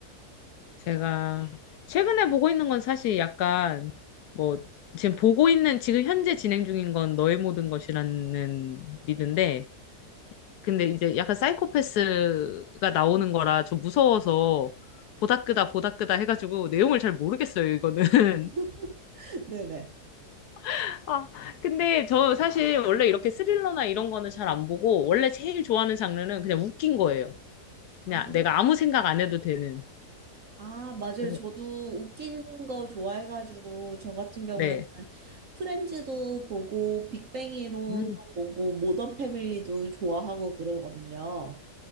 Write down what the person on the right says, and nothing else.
<laughs> 네네.
아,
아, 맞아요.
저도 웃긴 거 좋아해가지고, 저 같은 경우에는
프렌즈도 보고, 빅뱅 이론도
보고, 모던 패밀리도 좋아하고 그러거든요.